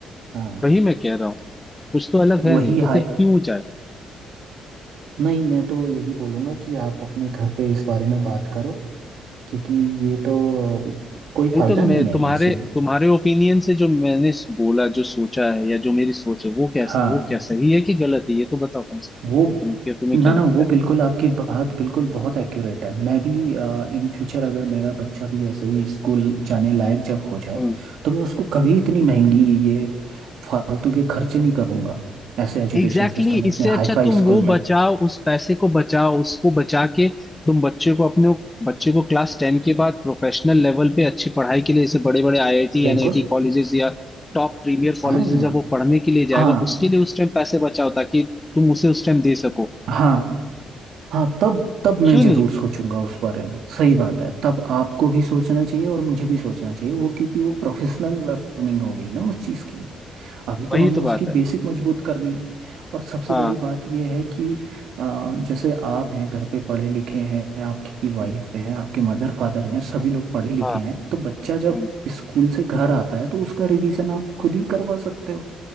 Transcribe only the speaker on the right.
हाँ
वही
हाई
नहीं मैं तो यही बोलूँगा कि आप अपने घर पे इस बारे में बात करो क्योंकि ये तो कोई
फ़ायदा
नहीं है
ऐसे
हाँ
वो
ना
ना वो बिल्कुल आपकी बात बिल्कुल बहुत एक्यूरेट है मैं भी इन फ्यूचर अगर मेरा बच्चा भी ऐसे ही स्कूल जाने लायक जब हो जाए
तो मैं उसको कभी इतनी महंगी ये फालतू के खर्चे नहीं करूँगा ऐसे एजुकेशन
सिस्टम
में
इतने
हाईफाई
स्कूल
में
बिल्कुल
हाँ
हाँ
हाँ हाँ तब तब मैं
जरूर
सोचूंगा उस बारे में सही बात है तब आपको भी सोचना चाहिए और मुझे भी सोचना चाहिए वो क्योंकि वो प्रोफेशनल लर्निंग हो गई ना उस चीज़ की अभी तो
हमें
उसकी
बेसिक
मजबूत करनी है और सबसे
बड़ी बात यह है कि अ, जैसे आप हैं घर पे पढ़े लिखे हैं आपकी वाइफ हैं आपके मदर फादर हैं सभी लोग पढ़े लिखे
हैं तो बच्चा
जब स्कूल से घर आता है तो उसका रिवीजन आप खुद ही करवा सकते हो